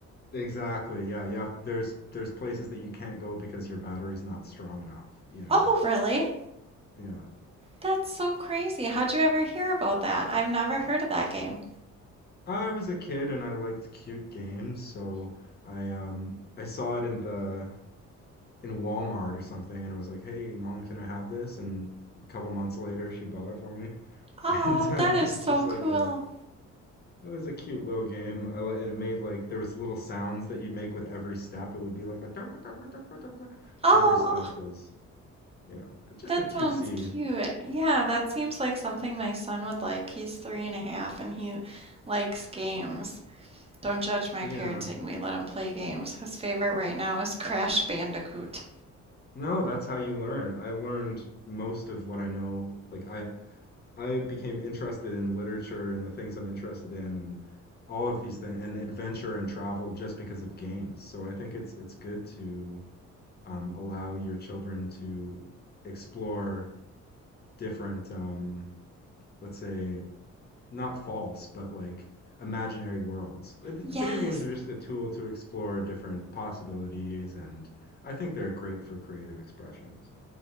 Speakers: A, on the left; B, on the right.
A: Exactly. Yeah, you have there's there's places that you can't go because your battery's not strong enough, you know.
B: Oh, really?
A: Yeah.
B: That's so crazy. How'd you ever hear about that? I've never heard of that game.
A: I was a kid and I liked cute games, so I um I saw it in the in Walmart or something, and I was like, "Hey, mom, can I have this?" And a couple months later, she bought it for me, <laughs>
B: Oh,
A: and uh,
B: that is
A: it
B: so
A: was just
B: cool.
A: like a it was a cute little game. I like it made like there was little sounds that you'd make with every step. It would be like a dunga dunga dunga dunga.
B: Oh,
A: Every step was, you know, just
B: that
A: a cutesy.
B: sounds cute. Yeah, that seems like something my son would like. He's three and a half and he likes games. Don't judge my
A: Yeah.
B: parenting. We let him play games. His favorite right now is Crash Bandicoot.
A: No, that's how you learn. I learned most of what I know. Like I I became interested in literature and the things I'm interested in and all of these things and adventure and travel just because of games. So I think it's it's good to um, allow your children to explore different, um, let's say, not false, but like imaginary worlds. Uh, Video
B: Yes,
A: games are just a tool to explore different possibilities, and I think they're great for creative expression. So